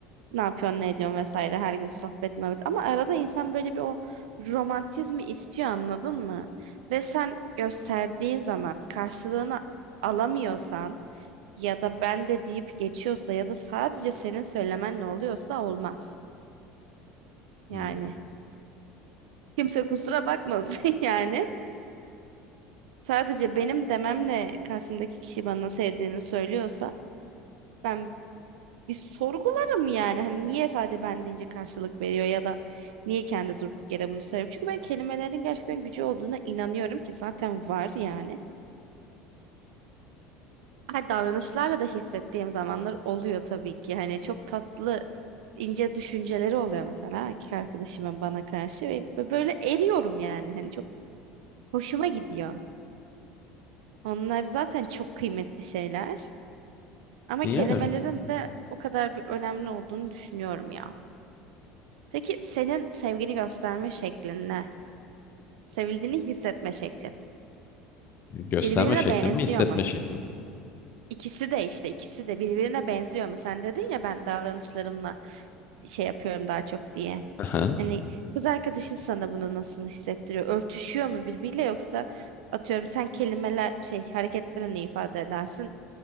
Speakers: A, on the right; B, on the left.
A: Ne yapıyorsun, ne ediyorsun vesaire her gün sohbet muhabbet. Ama arada insan böyle bir o romantizmi istiyor anladın mı? Ve sen gösterdiğin zaman karşılığını alamıyorsan ya da ben de deyip geçiyorsa ya da sadece senin söylemen ne oluyorsa olmaz. Yani
B: Hmm.
A: kimse kusura bakmasın <laughs> yani. Sadece benim dememle karşımdaki kişi bana sevdiğini söylüyorsa ben Bir sorgularım yani. Hani niye sadece ben deyince karşılık veriyor ya da niye kendi durduk yere bunu söylüyor. Çünkü ben kelimelerin gerçekten gücü olduğuna inanıyorum ki zaten var yani. Ha, davranışlarla da hissettiğim zamanlar oluyor tabii ki. Hani çok tatlı ince düşünceleri oluyor mesela erkek arkadaşımın bana karşı ve bö- böyle eriyorum yani. Hani çok hoşuma gidiyor. Onlar zaten çok kıymetli şeyler. Ama
B: Yani
A: kelimelerin de o kadar bir önemli olduğunu düşünüyorum ya. Peki senin sevgini gösterme şeklin ne? Sevildiğini hissetme şeklin.
B: gösterme
A: Birbirine
B: şekli
A: benziyor
B: mi, hissetme
A: mu?
B: şekli mi?
A: İkisi de işte ikisi de birbirine benziyor mu? Sen dedin ya ben davranışlarımla şey yapıyorum daha çok diye.
B: Aha.
A: Hani kız arkadaşın sana bunu nasıl hissettiriyor? Örtüşüyor mu birbiriyle yoksa atıyorum sen kelimeler şey hareketlerini ifade edersin.